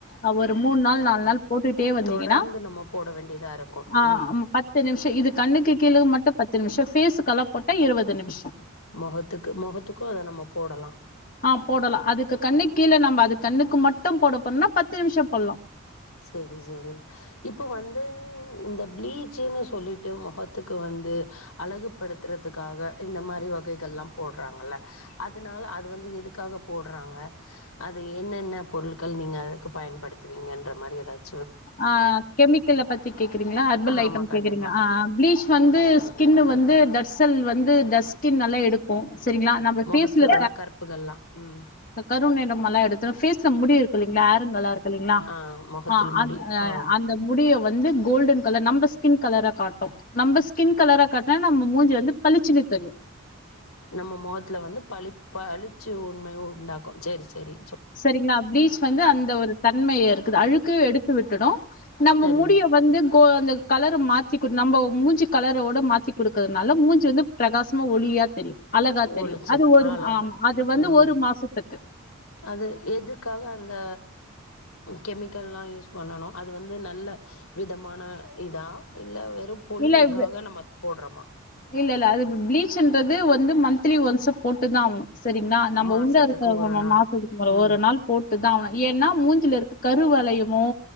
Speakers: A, on the left (about 40°); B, on the left (about 75°).
A: அவ மூணு நாள்
B: க
A: நாலு நாள் போட்டுட்டே வந்தீங்கன்னா
B: தொடர்ந்து நம்ம போட வேண்டியதா இருக்கு
A: ஆ
B: ம்
A: பத்து நிமி இது கண்ணுக்கு கீழக்கு மட்டும் பத்து நிமிஷம் ஃபேஸ்க்குலா போட்டா இருபது நிமிஷம்
B: முகத்துக்கு முகத்துக்கும் அத நம்ம போடலாம்
A: ஆ போடலாம் அதுக்கு கண்ணு கீழ நம்ம அதுக்கு கண்ணுக்கு மட்டும் போட போறோம்னா பத்து நிமிஷம் போடலாம்
B: செரி செரி இப்ப வந்து இந்த பிளீச்சுன்னு சொல்லிட்டு மொக த்துக்கு வந்து அழகுபடுத்துறதுக்காக இந்த மாரி வகைகள் எல்லா போடுறாங்கல்ல அதனால அது வந்து க்காக போடுறாங்க அது என்னென்ன பொருள் கல் நீங்க அதுக்கு பயன்படுத்துவீங்க மாரி தான் இது
A: ஆ கெமிக்கல்ல பத்தி கேக்குறீங்களா ஹர்பல் ஐட்டம்
B: ஆமா
A: கேக்குறீங்க
B: கண்டிப்பா
A: ப்ளீச் வந்து ஸ்கின்னு வந்து டர்சல் வந்து வந்து டஸ்கின் நல்லா எடுக்கும் சரிங்களா நம்ம பேஸ்ல
B: மொகத்துல உள்ள கருப்புகள்லா ம்
A: கருநிறமெல்லா எடுத்துடும் பேஸ் முடி இருக்கும் இல்லைங்களா இல்லைங்களா
B: ஆ முகத்தில்
A: ஆ அந்
B: முடி ஆ
A: அந்த முடி வந்து கோல்டன் கலர் நம்ம ஸ்கின் கலரா காட்டும் நம்ம ஸ்கின் கலரா காட்ட நம்ம மூஞ்ச வந்து பளிச்சுனு தெரியும்
B: நம்ம முகத்துல வந்து பளி பளிச்சு உண்மை உண்டா க்கும் சேரி சேரி
A: சரிங்களா பிளீச் வந்து அந்த ஒரு தன்மைய இருக்குது அழுக்க எடுத்து விட்டுடும் நம்ம
B: சரி
A: முடிய வந்து அந்த கலர மாத்தி நம்ம மூஞ்சு கலரோட மாத்தி குடுக்கறதுனால மூஞ்சு வந்து பிரகாசமா ஒளியா தெரியும் அழகா தெரியும்
B: ஒளிச்சல்
A: அது ஒரு
B: அழகு
A: ஆமா அது வந்து
B: ம்
A: ஒரு மாசத்துக்கு
B: அது எதுக்காக அந்த கெமிக்கல்லா யூஸ் பண்ணணும் அது வந்து நல்ல விதமான இதா இல்ல வெறும் பொழிவுக்காக
A: இல்ல
B: நம்ம போடுறோமா
A: இல்ல இல்ல அது ப்ளீச்ன்றது வந்து மந்த்த்லி ஒன்ஸ் போட்டுதான் ஆ சரிங்களா நம்ம
B: மாசத்துக்கு
A: உண்டா இருக்கவங்க
B: ஒரு நாள்
A: மாசத்துக்கு ஒரு
B: ம்
A: ஒரு நாள் போட் <unintelligible> ஏன்னா மூஞ்சல இருக்க கருவலயமோ